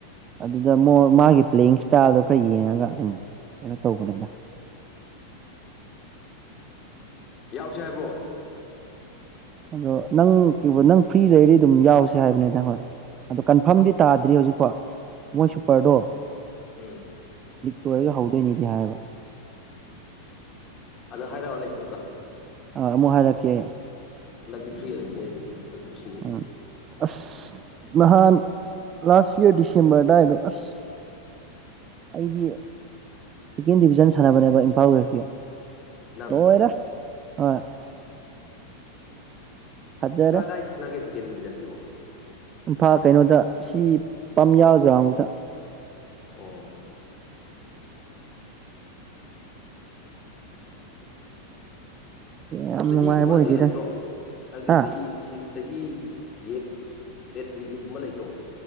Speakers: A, on the right; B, on the left.
A: ꯑꯗꯨꯗ ꯃ ꯃꯥꯒꯤ ꯄ꯭ꯂꯦꯌꯤꯡ ꯏꯁꯇꯥꯏꯜꯗꯣ ꯈꯔ ꯌꯦꯡꯉꯒ ꯑꯗꯨꯝ ꯀꯩꯅꯣ ꯇꯧꯕꯅꯤꯅ
B: ꯌꯥꯎꯁꯦ ꯍꯥꯏꯕꯣ
A: ꯑꯗꯣ ꯅꯪ ꯀꯩ ꯅꯪ ꯐ꯭ꯔꯤ ꯂꯩꯔꯤ ꯑꯗꯨꯝ ꯌꯥꯎꯁ ꯍꯥꯏꯕꯅꯤꯗ ꯍꯣꯏ ꯑꯣ ꯀꯟꯐꯥꯔꯝꯗꯤ ꯇꯥꯗ꯭ꯔꯤ ꯍꯧꯖꯤꯛꯐꯥꯎ ꯃꯣꯏ ꯁꯨꯄꯔꯗꯣꯦ
B: ꯎꯝ ꯎꯝ
A: ꯂꯣꯏꯔꯒ ꯍꯧꯗꯣꯏꯅꯤꯗꯤ ꯍꯥꯏꯕ
B: ꯑꯗꯣ ꯍꯥꯏꯔꯛꯑꯣꯅꯦ ꯑꯃꯨꯛꯀ
A: ꯑ ꯑꯃꯨꯛ ꯍꯥꯏꯔꯛꯀꯦ ꯑꯩ
B: ꯍꯟꯗꯛꯇꯤ ꯐ꯭ꯔꯤ ꯂꯩꯅꯤ ꯑꯩ ꯍꯟꯗꯛ ꯀꯨꯝꯁꯤꯗꯤ
A: ꯎꯝ ꯑꯁ ꯅꯍꯥꯟ ꯂꯥꯁ ꯏꯌꯥꯔ ꯁꯦꯝꯕꯔ ꯗꯥꯏꯗ ꯑꯁ
B: <unintelligible>
A: ꯑꯩꯗꯤ ꯁꯦꯀꯦꯟ ꯗꯤꯚꯖꯟ ꯁꯥꯟꯅꯕꯅꯦꯕ ꯏꯝꯐꯥꯜ ꯋꯦꯁꯀꯤ
B: ꯅꯪ
A: ꯂꯣꯏꯔꯦ ꯍꯣꯏ ꯐꯖꯔꯦ
B: ꯀꯥꯏ ꯀꯥꯏꯁ ꯂꯒꯦ ꯁꯦꯀꯦꯟ ꯗꯤꯚꯖꯟꯁꯤꯕꯦ
A: ꯏꯝꯐꯥ ꯀꯩꯅꯣꯗ ꯁꯤ ꯄꯥꯝꯌꯥ ꯒ꯭ꯔꯥꯎꯗ
B: ꯑꯣ
A: ꯌꯥꯝ
B: ꯆꯍꯤꯒꯨꯝꯕ
A: ꯅꯨꯡꯉꯥꯏꯕ
B: ꯑꯁꯤ
A: ꯑꯣꯏꯗꯦꯗ
B: ꯂꯩꯇ꯭ꯔꯣ ꯍꯥꯏꯕꯗꯤ
A: ꯍꯥ
B: ꯆꯍꯤ ꯑꯁꯤ ꯆꯍꯤ ꯒꯦ ꯑꯦꯖ ꯂꯤꯃꯤꯠ ꯑꯃ ꯂꯩꯇ꯭ꯔꯣ